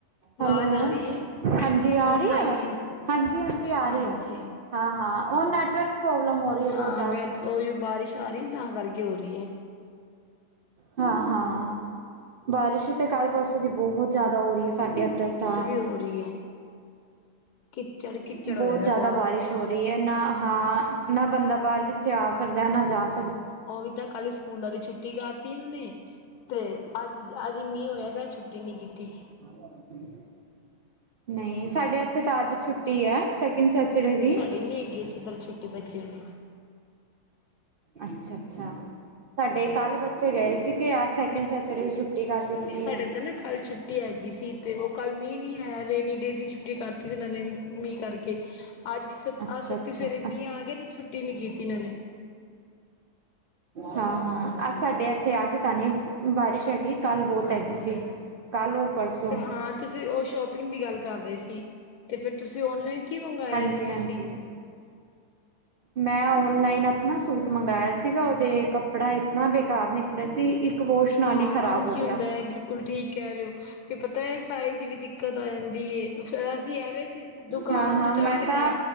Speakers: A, on the left; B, on the right.
A: ਆਵਾਜ਼
B: hello,
A: ਆ ਰਹੀ ਏ
B: ਹਾਂਜੀ
A: ਹੁਣ
B: ਆ ਰਹੀ
A: ਆਈ
B: ਅਵਾਜ,
A: ਏ
B: ਹਾਂਜੀ-ਹਾਂਜੀ ਆ
A: ਹਾਂਜੀ
B: ਰਹੀ ਆ। ਹਾਂ-ਹਾਂ, ਉਹ ਨੈਟਵਰਕ ਪ੍ਰੋਬਲਮ ਹੋ ਰਹੀ ਹੈ ਬਹੁਤ
A: ਹਾਂ ਵੇਤ ਉਹ ਬਾਰਿਸ਼ ਆ ਰਹੀ ਆ ਤਾਂ ਕਰਕੇ। ਹੋ ਰਹੀ ਏ
B: ਹਾਂ-ਹਾਂ। ਬਾਰਿਸ਼ ਤਾਂ ਕੱਲ ਪਰਸੋਂ ਦੀ ਬਹੁਤ ਜ਼ਿਆਦਾ ਹੋ ਰਹੀ ਹੈ ਸਾਡੇ ਇੱਧਰ ਤਾਂ
A: ਹੋ ਰਹੀ ਹੈ। ਕਿੱਚੜ ਕਿੱਚੜ
B: ਬਹੁਤ
A: ਹੋਏ ਦਾ
B: ਜ਼ਿਆਦਾ
A: ਪ
B: ਬਾਰਿਸ਼
A: ਪੂਰਾ
B: ਹੋ ਰਹੀ ਹੈ ਨਾ ਹਾ ਨਾ ਬੰਦਾ ਬਾਹਰ ਕਿੱਥੇ ਆ ਸਕਦਾ ਨਾ ਜਾ ਸਕਦਾ
A: ਉਹ ਵੀ ਤਾਂ ਕੱਲ ਸਕੂਲਾਂ ਦੀ ਛੁੱਟੀ ਕਰਤੀ ਇਹਨਾਂ ਨੇ ਤੇ ਅੱਜ, ਅੱਜ ਮੀਹ ਹੋਇਆ ਤੇ ਛੁੱਟੀ ਨੀ ਕੀਤੀ।
B: <inaudible> ਨਹੀ ਸਾਡੇ ਇੱਥੇ ਤਾਂ ਅੱਜ ਛੁੱਟੀ ਐ ਸੈਕਿੰਡ ਸੈਚਡੇ ਦੀ।
A: <unintelligible> ਪਰ ਛੁੱਟੀ ਬੱਚਿਆਂ ਦੀ,
B: ਅੱਛਾ-ਅੱਛਾ, ਸਾਡੇ ਕੱਲ ਬੱਚੇ ਗਏ ਸੀ ਕਿ ਅੱਜ ਸੈਕਿੰਡ ਸੈਚਡੇ ਛੁੱਟੀ ਕਰ ਦਿੱਤੀ
A: ਨਹੀ ਸਾਡੇ
B: ਹੈ
A: ਤਾਂ ਨਾ ਕੱਲ ਛੁੱ ਛੁੱਟੀ ਹੈਗੀ ਸੀ ਤੇ ਉਹ ਕੱਲ ਮੀਂਹ ਨਹੀਂ ਆਇਆ ਰੇਨੀ ਡੇ ਦੀ ਛੁੱਟੀ ਕਰਤੀ ਸੀ ਉਹਨਾਂ ਨੇ ਮੀਂਹ ਕਰਕੇ ਅੱਜ ਸ
B: ਅੱਛਾ
A: ਆਹ ਸੱਤੀ
B: ਅੱਛਾ
A: ਸਵੇਰੇ ਮੀਂਹ ਆ ਗਏ ਤੇ ਛੁੱਟੀ ਨੀ ਕੀਤੀ ਇਹਨਾਂ ਨੇ।
B: ਹਾਂ-ਹਾਂ, ਅੱਜ ਸਾਡੇ ਇੱਥੇ ਅੱਜ ਤਾਂ ਨਹੀਂ ਬਾਰਿਸ਼ ਹੈਗੀ। ਕੱਲ ਬਹੁਤ
A: ਅੱਛਾ।
B: ਹੈਗੀ ਸੀ, ਕੱਲ ਔਰ ਪਰਸੋਂ।
A: ਤੇ ਹਾਂ ਤੁਸੀਂ ਉਹ ਸ਼ੋਪਿੰਗ ਦੀ ਗੱਲ ਕਰ ਰਹੇ ਸੀ, ਤੇ ਫਿਰ ਤੁਸੀਂ ਔਨਲਾਈਨ ਕੀ ਮੰਗਵਾਇਆ
B: ਹਾਂਜੀ
A: ਸੀ
B: ਹਾਂਜੀ
A: ਤੁਸੀਂ। <inaudible>
B: ਮੈਂ ਔਨਲਾਈਨ ਆਪਣਾ ਸੂਟ ਮੰਗਇਆ ਸੀਗਾ ਉਹਦੇ ਕੱਪੜਾ ਇਤਨਾ ਬੇਕਾਰ ਨਿਕਲਿਆ ਸੀ ਇੱਕ ਵੋਸ਼ ਨਾਲ
A: ਹਾਂ
B: ਹੀ ਖ਼ਰਾਬ
A: ਹਾਂਜੀ
B: ਹੋ ਗਿਆ
A: ਹੁੰਦਾ ਹੈ ਬਿਲਕੁਲ ਠੀਕ। ਕਹਿ ਰਹੇ ਹੋ ਫਿਰ ਪਤਾ ਏ ਸਾਈਜ਼ ਦੀ ਵੀ ਦਿੱਕਤ ਆ ਜਾਂਦੀ ਏ। ਫਿਰ ਅਸੀਂ ਐਵੇਂ ਸੀ ਦੁਕਾਨ
B: ਹਾਂ ਹਾਂ
A: ਤੋਂ
B: ਮੈਂ
A: ਜਾ ਕੇ
B: ਤਾਂ
A: ਲੈ